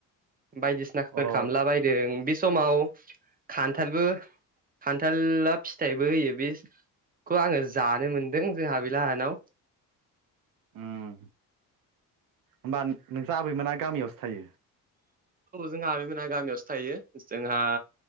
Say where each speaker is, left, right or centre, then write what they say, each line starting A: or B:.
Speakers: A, on the right; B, on the right.
A: बायदिसिनाफोर
B: अ
A: खालामामला बयदों बे समाव खान्थालबो खान्थला फिथाइबो होयो बे खौ आङो जानो मोन- दों जोंहा आबै लाहानाव
B: उम होमबा नोंस्रा आबैमोना गामियावसो थायो।
A: औ जोंहा आबैमोनहा गामियावसो थायो जोंहा